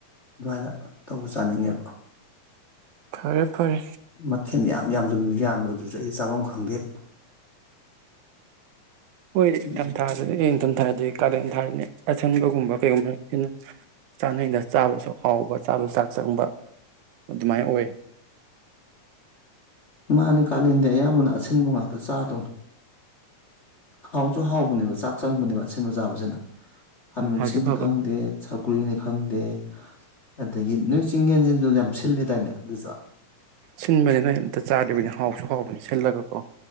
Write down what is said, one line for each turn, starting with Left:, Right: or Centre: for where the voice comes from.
Left: ꯑꯗꯨꯃꯥꯏꯅ ꯇꯧꯕ ꯆꯥꯅꯤꯡꯉꯦꯕ
Right: ꯐꯔꯦ ꯐꯔꯦ
Left: ꯃꯊꯦꯜ ꯌꯥꯝ ꯌꯥꯝꯖꯟꯕ ꯃꯗꯨꯁꯨ ꯑꯩꯗꯤ ꯆꯥꯐꯝ ꯈꯪꯗꯦꯕ
Right: ꯍꯣꯏ ꯅꯤꯡꯊꯝ
Left: ꯎꯝ
Right: ꯊꯥꯗꯗꯤ ꯏ ꯅꯤꯡꯊꯝ ꯊꯥ ꯑꯗꯩ ꯀꯥꯂꯦꯟ ꯊꯥꯗꯅꯤ ꯑꯁꯤꯟꯕꯒꯨꯝꯕ ꯀꯩꯒꯨꯝꯕ ꯍꯦꯟꯅ ꯆꯥꯅꯩꯅ ꯆꯥꯕꯁꯨ ꯍꯥꯎꯕ ꯆꯥꯕꯁꯨ ꯆꯥꯛ ꯆꯪꯕ ꯑꯗꯨꯃꯥꯏꯅ ꯑꯣꯏ
Left: ꯃꯥꯅꯦ ꯀꯥꯂꯦꯟꯗꯤ ꯑꯌꯥꯝꯕꯅ ꯑꯁꯤꯟꯕ ꯉꯥꯛꯇ ꯆꯥꯗꯨꯝ ꯍꯥꯎꯁꯨ ꯍꯥꯎꯕꯅꯦꯕ ꯆꯥꯛ ꯆꯪꯕꯅꯦꯕ ꯑꯁꯤꯟꯕ ꯆꯥꯕꯁꯤꯅ ꯈꯃꯦꯟꯁꯤꯟꯅꯤ
Right: ꯐꯁꯨ ꯐꯕ
Left: ꯈꯪꯗꯦ ꯁꯧꯒ꯭ꯔꯤꯅꯤ ꯈꯪꯗꯦ ꯑꯗꯒꯤ ꯅꯣꯏ ꯆꯤꯡ ꯌꯦꯟꯁꯤꯟꯗꯨ ꯌꯥꯝ ꯁꯤꯜꯂꯦ ꯗꯥꯢꯅꯦ ꯑꯗꯨꯁꯨ
Right: ꯁꯤꯟꯕꯅꯤꯅ ꯑꯝꯇ ꯆꯥꯗꯔꯤꯕꯅꯤ ꯍꯥꯎꯁꯨ ꯍꯥꯎꯕꯅꯤ ꯁꯤꯜꯂꯒ ꯀꯣ